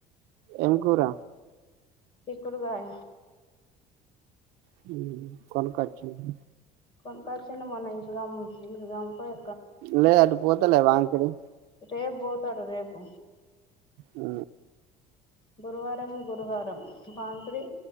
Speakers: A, on the right; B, on the left.
A: ఏం కూర
B: చిక్కుడుకాయ
A: హు కొనుక్కొచ్చిండ్రా
B: కొనకొచ్చినం మన ఇస్గౌ ఇస్ గౌన్ పోయి
A: లే అటు పోతలే వాంకిడి
B: రేపు పోతాడు రేపు
A: ఆ
B: గురువారం గురువారం వాంకిడి